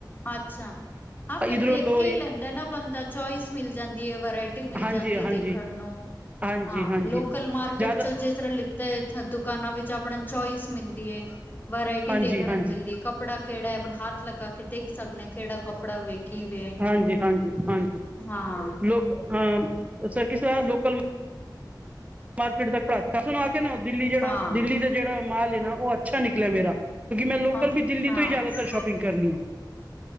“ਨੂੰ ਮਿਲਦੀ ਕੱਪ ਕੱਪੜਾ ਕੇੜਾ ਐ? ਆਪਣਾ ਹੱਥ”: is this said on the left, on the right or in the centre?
Left